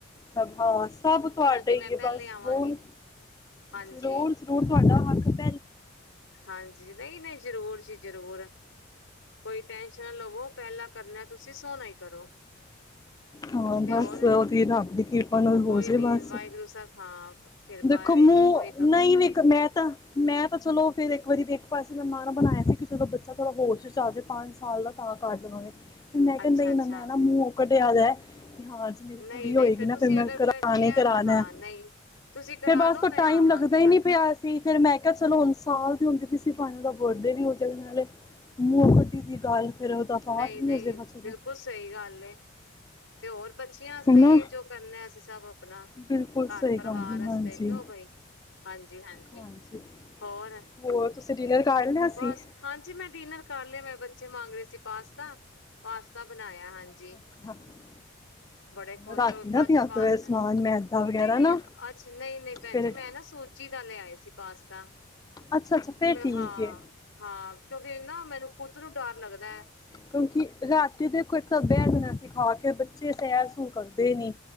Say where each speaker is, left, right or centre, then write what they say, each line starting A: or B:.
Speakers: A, on the left (about 20°); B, on the left (about 75°).
A: ਸਭਾਵਾਂ ਸਭ ਤੁਹਾਡਾ
B: ਕਿ
A: ਹੀ
B: ਮੈਂ
A: ਹੈ,
B: ਪਹਿਲੇ
A: ਬਸ
B: ਆਵਾਂਗੀ
A: ਹੋਰ
B: ਹਾਂਜੀ
A: ਜ਼ਰੂਰ ਜ਼ਰੂਰ ਤੁਹਾਡਾ ਹ <inaudible>
B: ਹਾਂਜੀ, ਨਈੰ -ਨਈੰ ਜ਼ਰੂਰ ਜੀ। ਜਰੂਰ, ਕੋਈ ਟੈਸ਼ਨ ਨ ਲਵੋ ਪਹਿਲਾਂ ਕਰਨਾ ਤੁਸੀਂ ਸੋਣਾ ਹੀ ਕਰੋ,
A: ਹਾਂ
B: ਤੇ
A: ਬਸ
B: ਹੋਰ
A: ਉਹਦੀ ਰੱਬ ਦੀ ਕਿਰਪਾ ਨਾਲ ਹੋ
B: ਕੋਈ
A: ਜੇ
B: ਨੀ
A: ਬਸ
B: ਵਾਹਿਗੁਰੂ ਸਾਹਿਬ ਹਾਂ ਕਿਰਪਾ
A: ਦੇਖੋ
B: ਹੋਏਗੀ
A: ਮੂੰਹ
B: ਕੋਈ ਕਮੀ
A: ਨਹੀਂ
B: ਨੀ
A: ਵੇਖ
B: ਆਂਦੀ
A: ਮੈਂ ਤਾਂ ਮੈਂ ਤਾਂ ਚਲੋ ਫੇਰ ਇੱਕ ਵਾਰੀ ਵੀ ਇੱਕ ਪਾਸੇ ਮੈਂ ਮਾਨ ਬਣਾਇਆ ਸੀ, ਕਿ ਚਲੋ ਬੱਚਾ ਥੋੜਾ ਹੋਸ ਚ ਆ ਜਾਵੇ ਪੰਜ ਸਾਲ ਦਾ ਤਾਂ, ਕਰ ਦੇਵਾਂਗੇ। ਫਿਰ ਮੈਂ ਕਿਹਾ
B: ਅੱਛਾ
A: ਨਈੰ
B: ਅੱਛਾ
A: ਮੈਂ ਨਾ ਮੂੰਹ ਘਟਿਆਦਾ ਹੈ। ਹਾਂਜੀ ਮੇਰੀ
B: ਨਹੀਂ
A: ਕੁੜੀ
B: ਨਹੀਂ
A: ਹੋਏਗੀ
B: ਫੇਰ
A: ਨਾ,
B: ਤੁਸੀਂ
A: ਫਿਰ ਮੈਂ
B: ਅਗਰ
A: ਕਰਾਨੀ
B: ਕ ਕਿਹਾ
A: ਕਰਾਨੈ।
B: ਤਾਂ ਹਾਂ ਨਹੀਂ ਤੁਸੀਂ ਕਰਾ
A: ਫੇਰ ਬਸ
B: ਲਓ
A: ਤ
B: ਮੈਂ
A: ਟਾਈਮ
B: ਆਵਾਂਗੀ
A: ਲੱਗਦਾ ਹੀ
B: ਹਾਂਜੀ
A: ਨਹੀਂ ਪਿਆ ਸੀ, ਫਿਰ ਮੈਂ ਕਿਹਾ ਚਲੋ, ਹੁਣ ਸਾਲ ਦੀ ਹੁੰਦੀ ਵੀ ਸੀ ਫਾਈਨਲ ਦਾ ਬਰਡੇ ਵੀ ਨਾਲੇ ਮੂੰਹ ਕੱਡੀ ਦੀ ਗੱਲ ਫਿਰ ਉਹਦਾ ਪਾਠ
B: ਨਈੰ
A: ਵੀ
B: -ਨਈੰ
A: ਹੋ ਜਾਏਗਾ ਚਲੋ
B: ਬਿਲਕੁਲ ਸਈ ਗੱਲ ਏ, ਤੇ ਹੋਰ ਬੱਚਿਆਂ ਆਸਤੇ
A: ਹੈਨਾ
B: ਈ ਏ, ਜੋ ਕਰਨਾ ਅਸੀਂ ਸਭ ਆਪਣਾ
A: ਬਿਲਕੁਲ ਸਹੀ
B: ਘਰ ਪਰਿਵਾਰਸਤੇ
A: ਗੱਲ ਹੈ ਹਾਂਜੀ
B: ਕਿਂਓ ਬਈ, ਹਾਂਜੀ ਹਾਂਜੀ।
A: ਹਾਂਜੀ,
B: ਹੋਰ
A: ਹੋਰ ਤੁਸੀਂ ਡਿਨਰ ਕਰ ਲਿਆ
B: ਬਸ
A: ਸੀ।
B: ਹਾਂਜੀ ਮੈਂ ਡਿਨਰ ਕਰ ਲਏ ਮੈਂ ਬੱਚੇ ਮੰਗ ਰਹੇ ਸੀ ਪਾਸਤਾ, ਪਾਸਤਾ ਬਨਾਇਆ ਹਾਂਜੀ।
A: ਅੱਛਾ
B: ਹਾਂਜੀ,
A: ਅੱਛਾ
B: ਬੜੇ ਖੁਸ਼
A: ਰਾਤੀ
B: ਹੋਏ
A: ਨਾ
B: ਖਾਧਾ
A: ਪਿਆ
B: ਪਾਸਤਾ,
A: ਕਰੋ ਇਹ ਸਮਾਨ ਮੈਦਾ ਵਗੈਰਾ
B: ਨਈੰ -ਨਈੰ
A: ਨਾ
B: ਅੱਜ ਨਈਂ- ਨਈੰ ਭੈਣ
A: ਫਿਰ
B: ਜੀ ਮੈਂ ਨਾ ਸੁਜੀ ਦਾ ਲਿਆ ਆਏ ਸੀ ਪਾਸਤਾ।
A: ਅੱਛਾ -ਅੱਛਾ ਫਿਰ
B: ਮੈਂ
A: ਠੀਕ
B: ਹਾਂ
A: ਏ।
B: ਹਾਂ ਕਿਉਂਕਿ ਨਾ, ਮੈਨੂੰ ਕੁੱਦ ਨੂੰ ਡਰ ਲੱਗਦਾ ਐ।
A: ਕਿਉਂਕਿ ਰਾਤੀ <unintelligible> ਖਾ ਕੇ ਬੱਚੇ ਸੈਰ ਸੂਰ ਕਰਦੇ ਨਹੀਂ